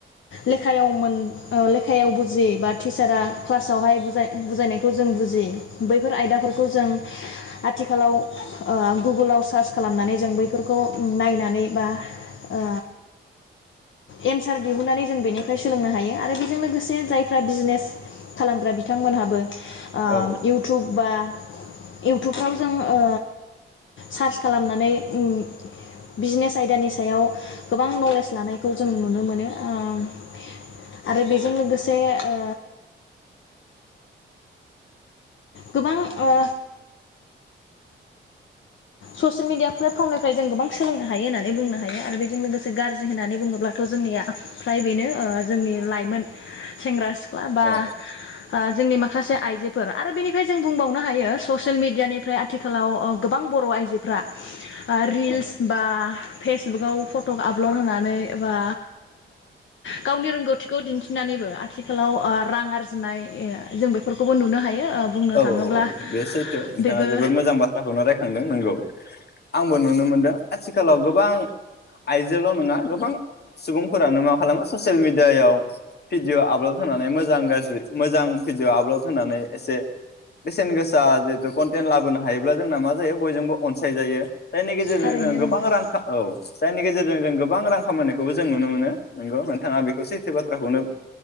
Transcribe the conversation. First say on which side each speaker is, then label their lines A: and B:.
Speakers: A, on the left; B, on the left.
A: लेखायाव मोन ओ लेखायाव बुजियै बा टिचारा क्लासावहाय बुजाय बुजायनायखौ जों बुजियि बैफोर आयदाफोरखौ जों आथिखालाव ओ गुगोलाव सार्च खालामनानै जों बैफोरखौ नायनानै बा ओ एनसार दिहुननानै जों बेनिफ्राय सोलोंनो हायो आरो बेजों लोगोसे जायफ्रा बिजनेस खालामग्रा बिथांमोनहाबो आं
B: औ
A: इउटुब बा इउटुबफ्राव जों ओ सार्च खालामनानै ओम बिजनेस आयदानि सायाव गोबां नलेज लानायखौ जों नुनो मोनो ओ आरो बेजों लोगोसे ओ गोबां ओ ससियेल मिेडिया प्लेटफर्मनिफ्राय जों गोबां सोलोंनो हायो होननानै बुंनो हायो आरो बेजों लोगोसे गाज्रि होननानै बुङोब्लाथ जोंनिया फ्राय बेनो जोंनि लाइमोन सेंग्रा सिख्ला माबा
B: औ
A: जोंनि माखासे आइजोफोर आरो बेनिफ्राय जों बुंबावनो हायो ससियेल मिडियानिफ्राय आथिखालाव गोबां बर' आइजो आजोफ्रा ओ रिल्स
B: औ
A: बा फेसबुगाव फट आपलड होनानै बा गावनि रोंगौथिखौ दिन्थिनानैबो आथिखालाव रां आरजिनाय जों बेफोरखौबो नुनो हायो। ओ बुंनो
B: औ
A: थाङोब्ला
B: औ औ बे सैथो नोंथाङा
A: बेबो
B: जोबोद मोजां बाथ्राखौनो रायखांदों नोंगौ। आंबो नुनो मोनदों आथिखालाव गोबा गोबां आइजोल नङा गोबां सुबुंफोरानो मा खालामो ससियेल मेडियायाव भिडिअ' आपल'ड होनानै मोजां गाज्रि मोजां भिडिअ आपल'ड होनानै एसे बेसेन गोसा जिहेतु कन्टेन्ट लाबोनो हायोब्ला जोंना मा जायो बयजोंबो अनसायजायो। जायनि गेजेरजों
A: थारैनो
B: जोङो
A: नोंथां
B: गोबां रां औ जायनि गेजेरजों जों गोबां रां। खामानिनायखौबो जों नुनो मोनो नोंगौ नोंथाङा बेखौ सैथो बाथ्राखौनो